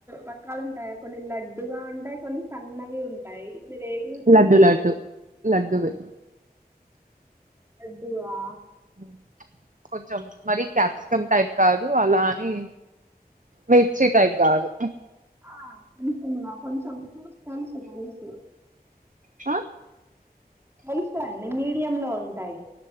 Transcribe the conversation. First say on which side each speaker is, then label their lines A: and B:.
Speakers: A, on the right (about 15°); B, on the right (about 55°).
A: రకాలు ఉంటాయా కొన్ని లడ్డుగా ఉంటాయి. కొన్ని సన్నవి ఉంటాయి. మీరు ఏవి యూజ్
B: లడ్డు
A: చేస్తారు
B: లడ్డు లడ్డువి
A: లడ్డువా
B: హుమ్ కొంచెం మరి క్యాప్సికం టైప్ కాదు. అలాని మిర్చి టైప్ కాదు.
A: ఆ కొంచింగా కొంచెం చూసి తెలుసు తెలుసు
B: హ
A: మొలుస్తాయ్ అండి మీడియం లో ఉంటాయి